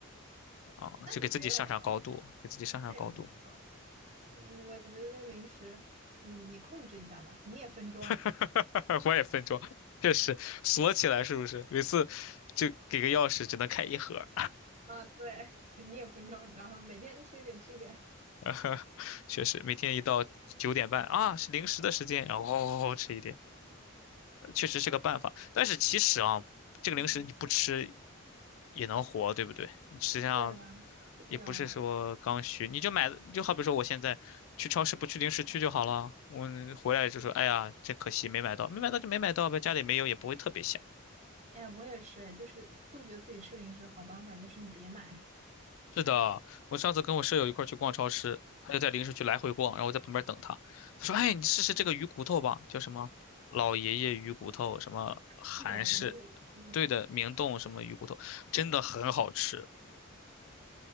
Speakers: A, on the left; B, on the right.
A: 啊，
B: 那也没有了吧，
A: 就给自己上上高度，给自己上上高度。
B: 那也没有了。我我觉得这个零食，嗯，你控制一下吧，你也分装。
A: <laughs> 我也分装，确实锁起来是不是？每次就给个钥匙只能开一盒儿，
B: 啊，对，<laughs> 你也分装，然后每天吃一点，吃一点。
A: <laughs> 确实每天一到九点半啊是零食的时间，然后、哦、哦哦吃一点。确实是个办法。但是其实啊，这个零食你不吃
B: 嗯，
A: 也能活，对不对？你实际上
B: 对啊，对啊，
A: 也不是说刚需，你就买，就好比说我现在去超市不去零食区就好了。我回来就说，哎呀，真可惜没买到，没买到就没买到呗，家里没有也不会特别想。
B: 哎，我也是，就是杜绝自己吃零食的好办法就是你别买。
A: 是的，我上次跟我舍友一块儿去逛超市，他就在零食区来回逛，然后我在旁边等他。他说：“哎，你试试这个鱼骨头吧，叫什么老爷爷鱼骨头，什么韩式，
B: <laughs> 老爷爷说
A: 对的，明洞什么鱼骨头，真的很好吃。